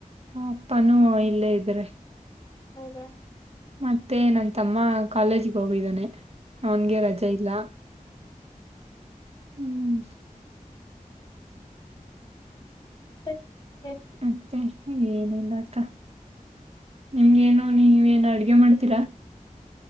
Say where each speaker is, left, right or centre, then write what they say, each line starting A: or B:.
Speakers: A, on the right; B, on the left.
A: ಅಪ್ಪಾನೂ ಇಲ್ಲೇ ಇದ್ರೆ
B: ಹೌದಾ
A: ಮತ್ತೆ ನನ್ ತಮ್ಮ ಕಾಲೇಜಿಗೆ ಹೋಗಿದ್ದಾನೆ ಅವನ್ಗೆ ರಜೆ ಇಲ್ಲ.
B: ಹ್ಮ್ <unintelligible>
A: ಹ್ಮ್ <unintelligible>
B: ಹ್ಮ್ <unintelligible>
A: ಮತ್ತೆ. ಏನಿಲ್ಲ ಆತಾ <unintelligible> ನಿಮ್ಗೇನು ನೀವೇಏನು ಅಡ್ಗೆ ಮಾಡ್ತೀರಾ